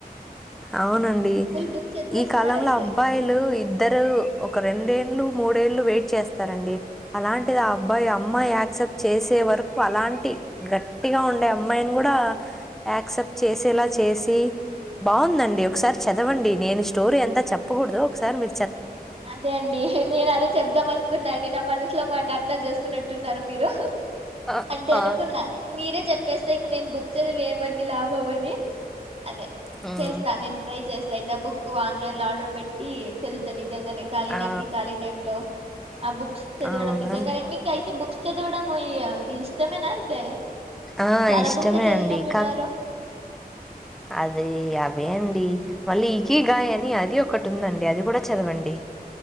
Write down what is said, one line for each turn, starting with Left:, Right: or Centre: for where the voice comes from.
Centre: అవునండి
Right: ఫుల్ బుక్ చదివేస్తున్నారు
Centre: ఈ కాలంలో
Right: అయితే
Centre: అబ్బాయిలు ఇద్దరు ఒక రెండే ళ్లు మూడేళ్ళు వెయిట్ చేస్తారండి అలాంటిది ఆ అబ్బాయి
Right: ఉమ్.
Centre: అమ్మాయి యాక్సెప్ట్ చేసే వరకు అలాంటి గట్టిగా ఉండే అమ్మాయిని కూడా యాక్సెప్ట్ చేసేలా చేసి బావుందండి ఒకసారి చదవండి నేను స్టోరీ అంతా చెప్పకూడదు ఒకసారి మీ
Right: అదే అండి నేను అదే చెబ్దాం అనుకున్నా నా మనసులో మాట అర్థం చేసుకున్నట్టున్నారు మీరు
Centre: ఆ!
Right: అంటే అనుకున్నా మీరే చెప్పేస్తే ఇంక నేను బుక్ చదివి ఏమండీ లాభం అని అదే
Centre: హ్మ్.
Right: చేస్తా నేను ట్రై చేస్ అయితే ఆ బుక్ ఆన్లైన్ లో ఆర్డర్ పెట్టి చదువుత నిజంగానే ఖాళీ
Centre: ఆ!
Right: నాకి ఖాళీ టైం లో ఆ బుక్స్ చదవడం
Centre: అవునండి.
Right: నిజంగానే మీకు అయితే బుక్స్ చదవడము ఇగ ఇష్టమేనా అయితే
Centre: ఆ
Right: చాలా
Centre: ఇష్టమే
Right: బుక్స్ చదివినట్టున్నారు
Centre: అండి క అదే అవే అండి మళ్ళీ ఇకిగై అని అది ఒకటి ఉందండి అది కూడా చదవండి